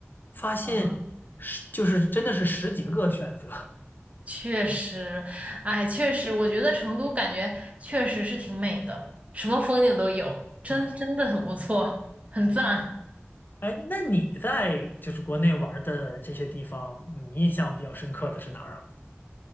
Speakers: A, on the left (about 45°); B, on the right (about 30°).
A: 发现是就是真的是十几个选择
B: 嗯，确实，哎，确实，我觉得成都感觉确实是挺美的，什么风景都有，真真的很不错，
A: 啊。
B: 很赞。
A: 哎，那你在就是国内玩儿的这些地方，你印象比较深刻的是哪儿啊？